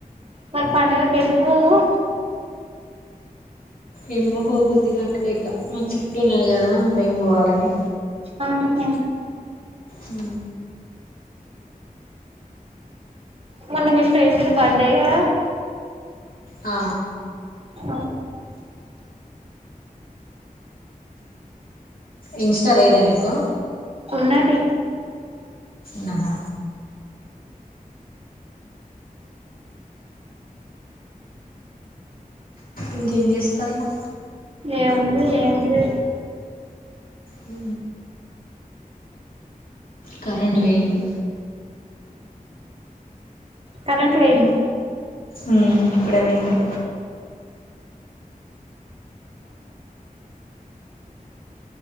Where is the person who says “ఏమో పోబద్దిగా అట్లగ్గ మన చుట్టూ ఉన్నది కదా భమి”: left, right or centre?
Left